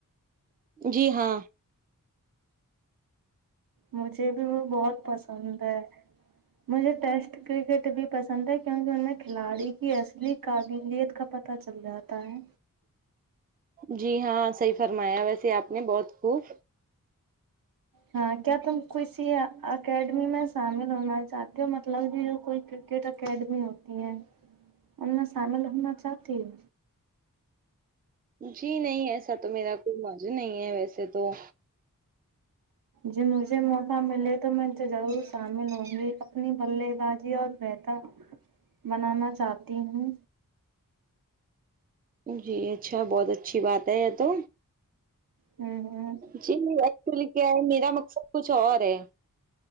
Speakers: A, on the right; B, on the right.
A: جی ہاں
B: مجھے بھی وہ بہت پسند ہے مجھے ٹیسٹ کرکٹ بھی پسند ہے کیونکہ ان میں کھلاڑی کی اصلی قابلیت کا پتہ چل جاتا ہے
A: جی ہاں صحیح فرمایا ویسے آپ نے بہت خوب
B: ہاں کیا تم کسی اکیڈمی میں شامل ہونا چاہتے ہو مطلب کہ جو کوئی کرکٹ اکیڈمی ہوتی ہیں ان میں شامل ہونا چاہتی ہو
A: جی نہیں ایسا تو میرا کوئی مج نہیں ہے ویسے تو
B: جی مجھے موقع ملے تو میں ضرور شامل ہوں گی اپنی بلے بازی اور بہتر بنانا چاہتی ہوں
A: جی اچھا بہت اچھی بات ہے یہ تو
B: ہوں ہوں
A: جی ایکچولی کیا ہے میرا مقصد کچھ اور ہے